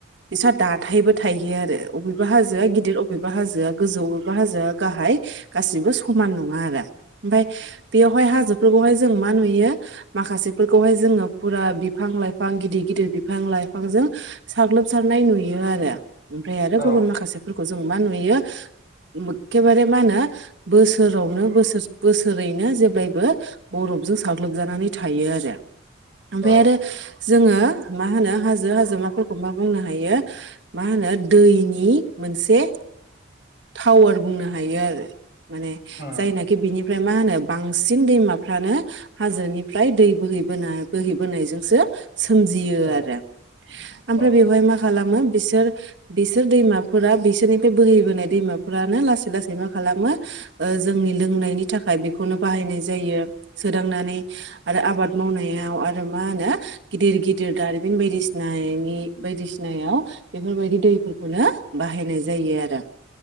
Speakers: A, on the right; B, on the left.
A: बिस्रा दाथायबो थायो आरो अबेबा हाजो आ गिदिर अबेबा हाजोआ गोजौ अबेबा हाजोआ गाहाय गासिबो समान नङा आरो ओमफाय बेयावहाय हाजोफोरखौहाय जों मा नुयो माखासेफोरखौहाय जोङो पुरा बिफां लाइफां गिदिर गिदिर बिफां लाइफांजों साग्लोबसारनाय नुयो आरो ओमफ्राय आरो
B: औ
A: गुबुन माखासेफोरखौ जों मा नुयो एखेबारे मा होनो बोसोरावनो बोसोर बोसोरैनो जेब्लायबो बरफजों साग्लोबजानानै थायो आरो ओमफाय
B: औ
A: आरो जोङो मा होनो हाजो हाजोमाफोरखौ मा बुंनो हायो मा होनो दैनि मोनसे टावार बुंनो हायो आरो माने
B: उम
A: जायनाखि बिनि ओमफ्राय मा होनो बांसिन दैमा फ्रानो हाजोनिफ्राय दै बोहैबोना बोहैबोनायजोंसो सोमजियो
B: औ
A: आरो आमफ्राय
B: औ
A: बेवहाय मा खालामो बिसोर बिसोर दैमाफोरा बिसोरनिफाय बोहैबोनाय दैमाफोरानो लासै लासै मा खालामो ओ जोंनि लोंनायनि थाखाय बेखौनो बाहायनाय जायो। सोदांनानै आरो आबाद मावनायाव आरो मा होनो गिदिर गिदिर दारिमिन बायदिसिना नायनि बायदिसिनायाव बेफोरबायदि दैफोरखौनो बाहायनाय जायो आरो।